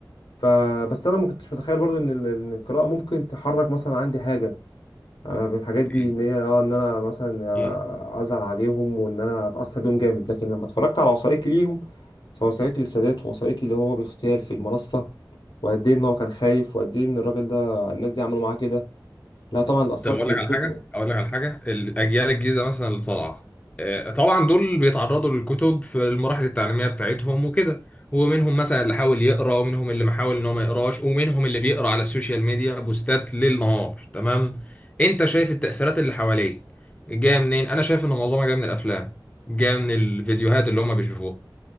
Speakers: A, on the left; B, on the left.
A: فبس انا ما كنتش متخيل برضه ان ال- إن القراءه ممكن تحرك مثلا عندي حاجه أنا من الحاجات
B: اوكي
A: دي ان هي اه ان انا مثلا آه،
B: ايه
A: ازعل عليهم وان انا اتاثر بيهم جامد لكن لما اتفرجت على وثائقي ليهم سواء وثائقي للسادات ووثائقي اللي هو باغتيال في المنصه وقد ايه ان هو كان خايف وقد ايه ان الراجل ده الناس دي عملوا معاه كده لا طبعا اتاثرت
B: طب اقول
A: بالفكره
B: لك على حاجه اقول لك على حاجه الاجيال الجديده مثلا اللي طالعه آه، طبعا دول بيتعرضوا للكتب في المراحل التعليميه بتاعتهم وكده ومنهم مثلا اللي حاول يقرا ومنهم اللي ما حاول ان هو ما يقراش ومنهم اللي بيقرا على السوشيال ميديا بوستات ليل نهار تمام انت شايف التاثيرات اللي حواليك جايه منين انا شايف ان معظمها جايه من الافلام جايه من الفيديوهات اللي هم بيشوفوها